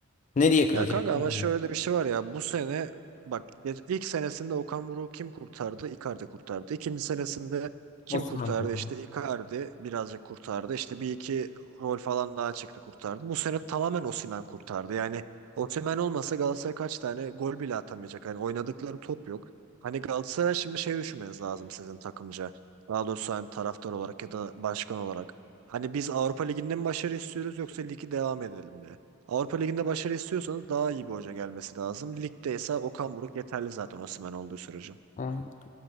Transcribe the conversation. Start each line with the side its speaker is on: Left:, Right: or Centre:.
Left: Nereye kıracaksın
Right: Ya kanka ama
Left: ki?
Right: şöyle bir şey var ya bu sene bak geç- ilk senesinde Okan Buruk kim kurtardı? Icardi kurtardı. İkinci senesinde kim
Left: Osman
Right: kurtardı?
Left: kırdı.
Right: İşte Icardi birazcık kurtardı. İşte bir iki rol falan daha çıktı kurtardı. Bu sene tamamen Osimhen kurtardı. Yani Osimhen olmasa Galatasaray kaç tane gol bile atamayacak. Hani oynadıkları top yok. Hani Galatasaray şimdi şey düşünmeniz lazım sizin takımca. Daha doğrusu hani taraftar olarak ya da başkan olarak. Hani biz Avrupa Ligi'nden mi başarı istiyoruz yoksa ligi devam edelim mi? Avrupa Ligi'nde başarı istiyorsanız daha iyi bir hoca gelmesi lazım. Ligde ise Okan Buruk yeterli zaten Osimhen olduğu sürece.
Left: Aynen.